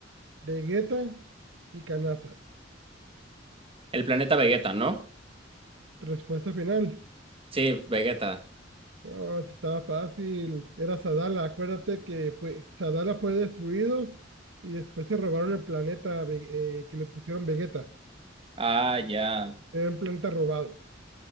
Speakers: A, on the right; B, on the right.
A: Vegeta y Kanasa.
B: El planeta Vegeta, ¿no?
A: Respuesta final.
B: Sí, Vegeta.
A: No, si estaba fácil. Era Sadala. Acuérdate que fue, Sadala fue destruido y después se robaron el planeta Ve- eh, que le pusieron Vegeta.
B: Ah, ya.
A: Era un planeta robado.